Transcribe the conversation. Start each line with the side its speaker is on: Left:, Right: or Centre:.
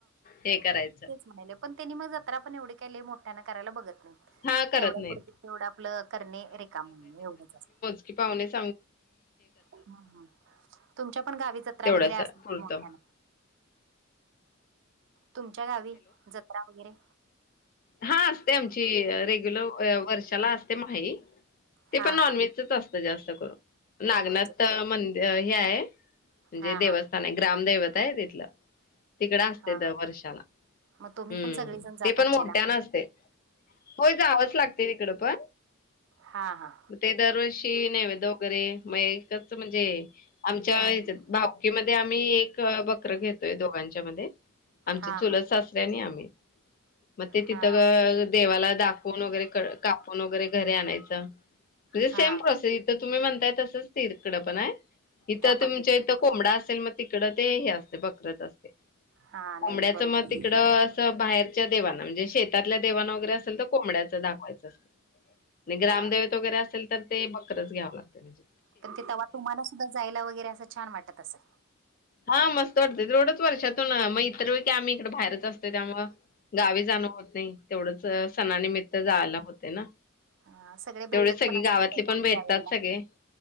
Left: हे करायचं.
Right: म्हले पण त्यांनी मग जत्रा पण एवढे काय लय मोठ्यान करायला बघत नाही.
Left: हां, करत
Right: तेवढ्या
Left: नाहीत.
Right: पुढत तेवढं आपलं करणे रेिका म्हणणे एवढं असतय?
Left: ही पाहुणेच.
Right: ह हम तुमच्या पण गावी जत्रा
Left: तेवढ्यास
Right: वगैरे असतील
Left: पुरतं.
Right: की मोठ्याने, तुमच्या गावी जत्रा वगैरे?
Left: हा असते आमची रेग्युलर वर्षाला असते माही ते
Right: हा
Left: पण नॉन
Right: हा
Left: व्हेजच असते जास्त करू नागनाथ
Right: नॉनव्हेजच
Left: मंदिर हे आहे म्हणजे
Right: हा
Left: देवस्थान.
Right: हा
Left: नाही ग्रामदैवत आहे तिथलं. तिकड असते
Right: हा
Left: दर वर्षाला
Right: मग तुम्ही
Left: हम्म
Right: पण सगळेजण जात
Left: ते पण
Right: आचीला
Left: मो हो जावंच लागते तिकड पण,
Right: हां हां
Left: ते दरवर्षी नैवेद वगैरे मग एकच म्हणजे आमच्या
Right: हम्म
Left: हेच्यात भाऊ मध्ये आम्ही एक बकर घेतोय दोघांच्या मध्ये, आमचे
Right: हा
Left: चुलत
Right: हा
Left: सासऱे आणि आम्ही मग ते तिथं
Right: हा
Left: देवाला दाखव <unintelligible> वगैरे कापून वगैरे घरीे आणायच म्हणजे
Right: हा
Left: सेम प्रोसेस इथं तुम्ही म्हणताय तसंच तीरकडं पण आहे इथं
Right: त्या पद्धतीने
Left: तुमच्या इथं. कोंबडा असेल मग तिकडं ते हे असते बकरच असते
Right: हा
Left: कोंबड्याचं
Right: नाही नाही बरोबर
Left: मग
Right: आहे
Left: तिकड बाहेरच्या देवाना म्हणजे शेतातल्या देवांना वगैरे असेल तर कोंबड्याचं दाखवायचं. म्ह <unintelligible> ग्रामदेवेत
Right: हा
Left: वगैरे असेल तर ते बकरच घ्यावं लागत.
Right: तर ते तवा तुम्हाला सुद्धा जायला वगैरे असं छान वाटत असल.
Left: हा मस्त वाटते तेथवढंच वर्षातून मग इतर वेळी आम्ही इकडे बाहेरच असतो त्यामुळ, गावी जाणं होत नाही तेवढंच सणानिमित्त जायला हुतय ना,
Right: अ सगळे
Left: तेवढचं
Right: भेटत
Left: सगळे
Right: पण
Left: गावातले
Right: असतील तेव्हा
Left: पण भेटतात
Right: त्यावेेळेला
Left: सगळे,